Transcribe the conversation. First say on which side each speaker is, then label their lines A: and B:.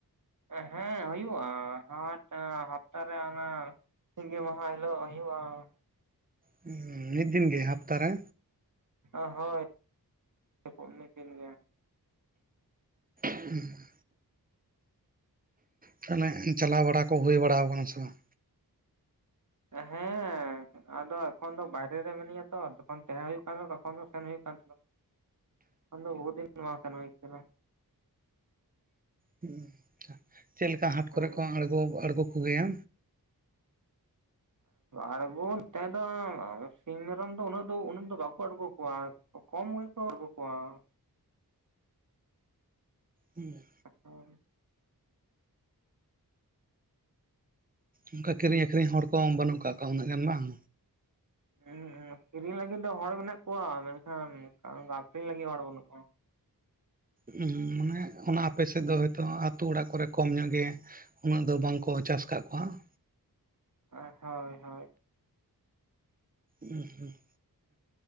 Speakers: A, on the right (about 55°); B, on the right (about 20°).
A: ᱦᱮᱸ ᱦᱩᱭᱩᱜᱼᱟ ᱦᱟᱴ ᱦᱟᱯᱛᱟᱨᱮ ᱚᱱᱟ ᱥᱤᱸᱜᱤ ᱢᱟᱦᱟ ᱦᱤᱞᱳᱜ ᱦᱤᱭᱩᱜᱼᱟ ᱾
B: ᱦᱩᱸ ᱢᱤᱫ ᱫᱤᱱ ᱜᱤ ᱦᱟᱯᱛᱟᱨᱮ?
A: ᱳ ᱦᱳᱭ ᱠᱚ ᱢᱤᱫ ᱫᱤᱱ ᱜᱮ ᱾
B: <inaudible> ᱛᱟᱦᱚᱞᱮ ᱪᱟᱞᱟᱣ ᱵᱟᱲᱟ ᱠᱚ ᱦᱩᱭ ᱵᱟᱲᱟ ᱟᱠᱟᱱᱟ ᱥᱮ ᱵᱟᱝ?
A: ᱦᱮᱸ ᱟᱫᱚ ᱮᱠᱷᱚᱱ ᱫᱚ ᱵᱟᱭᱨᱮ ᱨᱮ ᱢᱮᱱᱟᱹᱧᱟ ᱛᱚ ᱛᱚᱠᱷᱚᱱ ᱛᱟᱦᱮᱸ ᱦᱩᱭᱩᱜ ᱠᱟᱱ ᱛᱚᱠᱷᱚᱱ ᱫᱚ ᱥᱮᱱ ᱦᱩᱭᱩᱜ ᱠᱟᱱ ᱛᱟᱦᱮᱸᱱᱟ ᱾ ᱛᱚᱠᱷᱚᱱ ᱫᱚ ᱵᱩᱦᱩ ᱫᱤᱱ ᱢᱟᱝ ᱥᱮᱱ ᱦᱩᱭ ᱟᱠᱟᱱᱟ ᱾
B: ᱦᱩᱸ ᱪᱮᱫ ᱞᱮᱠᱟ ᱦᱟᱴ
A: ᱦᱮᱸ
B: ᱠᱚᱨᱮ ᱠᱚ ᱟᱬᱜᱳ ᱟᱬᱜᱚ ᱠᱚᱜᱮᱭᱟ?
A: ᱟᱬᱜᱚ ᱱᱮᱛᱮ ᱫᱚ ᱥᱤᱢ ᱢᱮᱨᱚᱢ ᱫᱚ ᱩᱱᱟᱹᱜ ᱫᱚ ᱩᱱᱟᱹᱜ ᱫᱚ ᱵᱟᱝᱠᱚ ᱟᱬᱜᱳ ᱠᱚᱣᱟ ᱾ ᱠᱚᱢ ᱜᱮᱠᱚ ᱟᱹᱜᱩᱠᱚᱣᱟ ᱾
B: ᱦᱩᱸ ᱾
A: <unintelligible>
B: ᱚᱱᱠᱟ ᱠᱤᱨᱤᱧ ᱟᱠᱷᱨᱤᱧ ᱦᱚᱲ ᱠᱚᱦᱚᱸ ᱵᱟᱹᱱᱩᱜ ᱟᱠᱟᱜ ᱠᱚᱣᱟ ᱩᱱᱟᱹᱜ ᱜᱟᱱ ᱵᱟᱝ?
A: ᱦᱩᱸ ᱦᱩᱸ ᱠᱤᱨᱤᱧ ᱞᱟᱹᱜᱤᱫ ᱫᱚ ᱦᱚᱲ ᱢᱮᱱᱟᱜ ᱠᱚᱣᱟ ᱢᱮᱱᱠᱷᱟᱱ ᱟᱠᱷᱤᱧ ᱞᱟᱹᱜᱤᱫ ᱦᱚᱲ ᱵᱟᱹᱱᱩᱜ ᱠᱚᱣᱟ ᱾
B: ᱦᱩᱸ ᱢᱟᱱᱮ ᱚᱱᱟ ᱟᱯᱮ ᱥᱮᱫ ᱫᱚ ᱦᱚᱭᱛᱳ ᱟᱹᱛᱩᱳ ᱚᱲᱟᱜ ᱠᱚᱨᱮ ᱠᱚᱢ ᱧᱚᱜ ᱜᱮ ᱩᱱᱟᱹᱜ ᱫᱚ ᱵᱟᱝ ᱠᱚ ᱪᱟᱥ ᱠᱟᱜ ᱠᱚᱣᱟ ᱾
A: ᱚ ᱦᱳᱭᱼᱦᱳᱭ ᱾
B: ᱦᱩᱸᱼᱦᱩᱸ ᱾